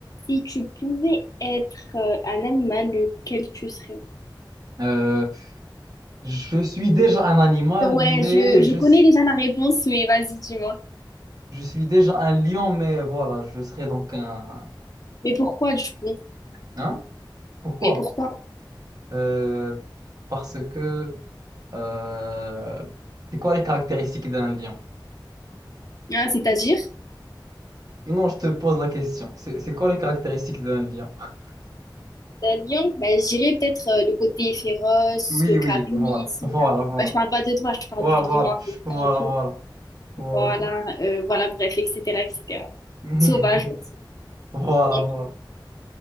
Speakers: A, on the left; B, on the right.
A: Si tu pouvais être euh, un animal, lequel tu serais?
B: Euh, je suis déjà un animal,
A: Ouais,
B: mais
A: je, je
B: je,
A: connais
B: s-
A: déjà la réponse, mais vas-y, dis-moi.
B: je suis déjà un lion, mais voilà, je serai donc un...
A: Mais pourquoi du coup?
B: Hein? Pourquoi?
A: Mais pourquoi?
B: Euh, parce que... euh, c'est quoi les caractéristiques d'un lion?
A: Ah, c'est-à-dire?
B: Non, je te pose la question. C'est c'est quoi les caractéristiques d'un lion? <laughs>
A: La lion, ben, je dirais peut-être euh, le côté féroce,
B: Oui,
A: le charisme.
B: oui, voilà, voilà, voilà,
A: Ouais, je parle pas de toi, je parle
B: voilà,
A: du lion. un peu
B: voilà,
A: ça, ok
B: voilà, voilà.
A: Voilà, euh, voilà, bref, etc., etc.
B: voilà.
A: Sauvage
B: <laughs>
A: aussi.
B: Voilà,
A: Ok,
B: voilà.